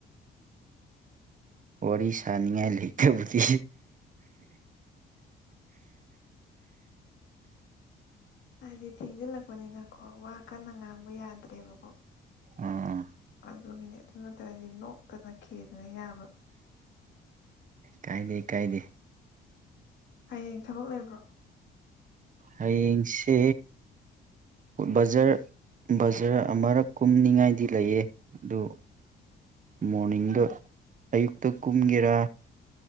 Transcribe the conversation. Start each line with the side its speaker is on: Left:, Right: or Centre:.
Right: ꯋꯥꯔꯤ ꯁꯅꯤꯡꯉꯥꯏ ꯂꯩꯇꯕꯗꯤ꯫
Left: ꯍꯥꯏꯗꯤ ꯊꯦꯡꯖꯤꯜꯂꯛꯄꯅꯤꯅꯀꯣ ꯋꯥ ꯀꯟꯅ ꯉꯥꯡꯕ ꯌꯥꯗ꯭ꯔꯦꯕꯀꯣ꯫
Right: ꯑꯣ
Left: ꯑꯗꯨꯒꯤꯅꯤ ꯑꯗꯨ ꯅꯠꯇ꯭ꯔꯗꯤ ꯅꯣꯛꯇꯅ ꯈꯦꯗꯅ ꯌꯥꯕ꯫
Right: ꯀꯥꯏꯗꯦ ꯀꯥꯏꯗꯦ
Left: ꯍꯌꯦꯡ ꯊꯕꯛ ꯂꯩꯕ꯭ꯔꯣ?
Right: ꯍꯌꯦꯡꯁꯦ ꯕꯥꯖꯥꯔ ꯕꯥꯖꯥꯔ ꯑꯃꯔꯛ ꯀꯨꯝꯅꯤꯡꯉꯥꯏꯗꯤ ꯂꯩꯌꯦ ꯑꯗꯨ ꯃꯣꯔꯅꯤꯡꯗ ꯑꯌꯨꯛꯇ ꯀꯨꯝꯒꯦꯔꯥ꯫